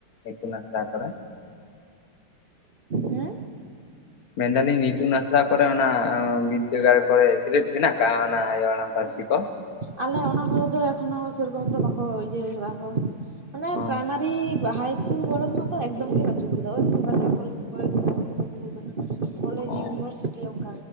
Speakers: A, on the left; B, on the right.
A: ᱤᱛᱩᱱ ᱟᱠᱷᱟᱲᱟ ᱠᱚᱨᱮ
B: ᱦᱮᱸ
A: ᱢᱮᱱᱫᱟ ᱞᱤᱧ ᱤᱛᱩᱱ ᱟᱥᱲᱟ ᱠᱚᱨᱮ ᱚᱱᱟ ᱵᱤᱫᱟ. ᱜᱟᱲ ᱠᱚᱨᱮ ᱢᱮᱱᱟᱜ ᱠᱟᱜᱼᱟ ᱚᱱᱟ ᱟᱭᱳ ᱟᱲᱟᱝ ᱯᱟᱹᱨᱥᱤ ᱠᱚ
B: ᱟᱞᱮ ᱚᱱᱟ ᱠᱚᱨᱮ ᱫᱚ ᱮᱠᱷᱚᱱᱚ ᱥᱮᱨᱚᱠᱚᱢ ᱫᱚ ᱵᱟᱠᱚ ᱤᱭᱟᱹ ᱠᱟᱫᱟ ᱠᱚ ᱢᱟᱱᱮ
A: ᱚ
B: ᱯᱨᱟᱭᱢᱟᱨᱤ <unintelligible> ᱦᱟᱭ ᱤᱥᱠᱩᱞ ᱠᱚᱨᱮ ᱢᱟᱛᱚ ᱮᱠᱫᱚᱢ ᱜᱮ ᱵᱟᱹᱪᱩᱜ ᱠᱟᱫᱟ ᱳᱭ <inaudible> <unintelligible> ᱠᱚᱞᱮᱡᱽ
A: ᱚ
B: ᱤᱭᱩᱱᱤᱵᱷᱟᱨᱥᱤᱴᱤ ᱚᱝᱠᱟ